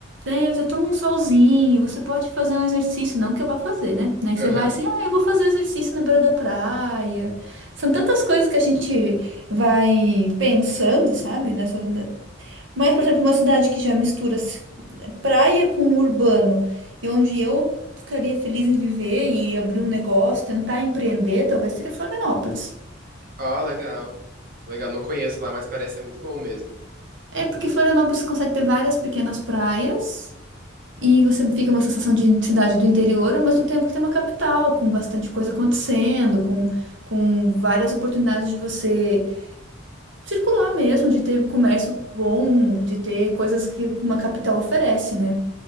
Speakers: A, on the right; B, on the right.
A: né? Você toma um solzinho, você pode fazer um exercício, não que eu vá fazer, né? Aí
B: Aham.
A: você vai assim, ah, eu vou fazer exercício na beira da praia. São tantas coisas que a gente vai pensando, sabe, nessa, mas, por exemplo, uma cidade que já mistura ci- praia com urbano, e onde eu ficaria feliz em viver e abrir um negócio, tentar empreender, talvez seria Florianópolis.
B: Ah, legal. Legal, não conheço lá, mas parece ser muito bom mesmo.
A: É porque Florianópolis consegue ter várias pequenas praias e você fica uma sensação de cidade do interior, ao mesmo tempo que tem uma capital com bastante coisa acontecendo, com, com várias oportunidades de você circular mesmo, de ter comércio
B: Hum.
A: bom, de ter coisas que uma capital oferece, né?